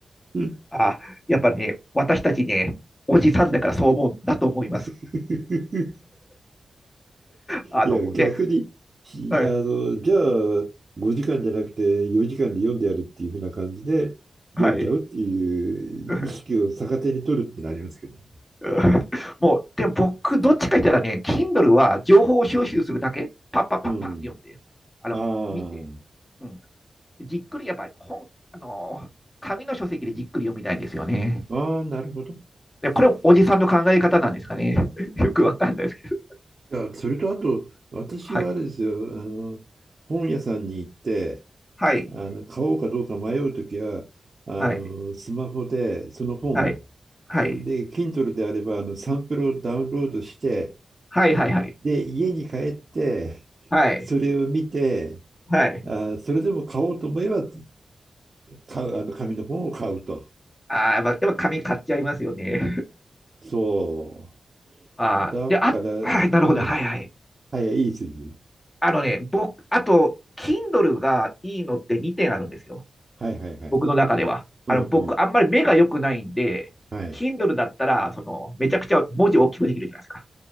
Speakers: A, on the right; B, on the left.
A: う
B: あ、やっぱりね、私たちね、おじさんだからそう思うんだと思います。
A: <laughs>
B: あのね、
A: いや、逆に、ひあの、
B: はい、
A: じゃあ、5時間じゃなくて4時間で読んでやるっていうふな感じで、読んじゃうっていう意識を逆手に取るってのありますけどね。
B: はい。<laughs> うんもう、でも僕、どっちか言ったらね、Kindle は情報を収集するだけ、パッパッパッパって読んで、
A: うん。
B: あの、
A: あ
B: 見て、うん、じっくりやっぱり本、あの紙の書籍でじっくり読みたいんですよね。
A: あ、ああ、なるほど。い
B: で、これ、おじさんの考え方なんですかね。<laughs> よくわかんないですけど。
A: や、それとあと、私はあれですよ、
B: はい。
A: あの、本屋さんに行って、
B: はい。
A: あの、買おうかどうか迷うときは、あの、
B: はい。
A: スマホでその本、
B: はい。はい。
A: で、Kindle であれば、あの、サンプルをダウンロードして、
B: はい。はい。はい。
A: で、家に帰って、
B: はい。
A: それを見て、
B: はい。
A: あ、それでも買おうと思えば、買う、あの紙の本を買うと。
B: ああ、やっぱやっぱ紙買っちゃいますよね。
A: そ
B: <laughs> ああ、
A: う。だから、
B: で、あ、はい、なるほど。
A: うん。
B: はい。はい。
A: はい、いい筋。
B: あのね、僕、あと、Kindle がいいのって2点あるんですよ。
A: はいはいはい。
B: 僕の中では。あの、
A: うんうん。
B: 僕、あんまり目が良くないんで、
A: はい。
B: Kindle だったら、その、めちゃくちゃ文字大きくできるじゃないですか。